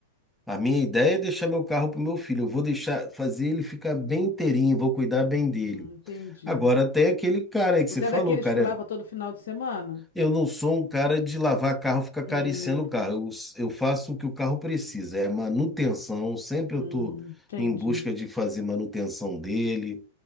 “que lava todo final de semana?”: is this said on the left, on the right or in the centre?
Left